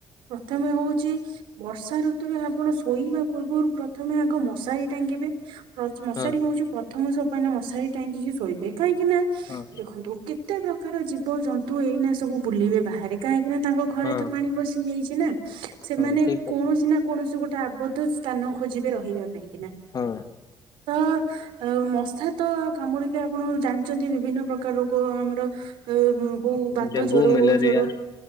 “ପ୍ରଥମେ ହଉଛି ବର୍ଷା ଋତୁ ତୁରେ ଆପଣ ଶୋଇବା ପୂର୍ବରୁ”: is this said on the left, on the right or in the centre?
Right